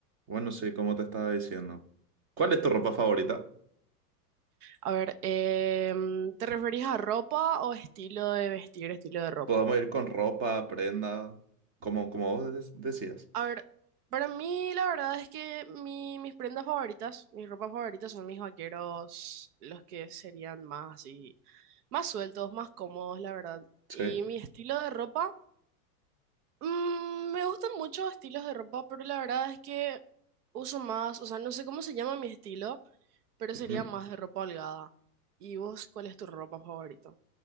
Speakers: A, on the right; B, on the right.
A: Bueno, sí, como te estaba diciendo. ¿Cuál es tu ropa favorita?
B: A ver, em, ¿te referís a ropa o estilo de vestir, estilo de ropa?
A: Podemos ir con ropa, prenda, como, como vos des- decías.
B: A ver, para mí la verdad es que mi- mis prendas favoritas, mis ropas favoritas son mis vaqueros, los que serían más así, más sueltos, más cómodos, la verdad.
A: Sí.
B: Y mi estilo de ropa, mm, me gustan muchos estilos de ropa, pero la verdad es que uso más, o sea, no sé cómo se llama mi estilo, pero sería
A: Ujú.
B: más de ropa holgada. ¿Y vos cuál es tu ropa favorita?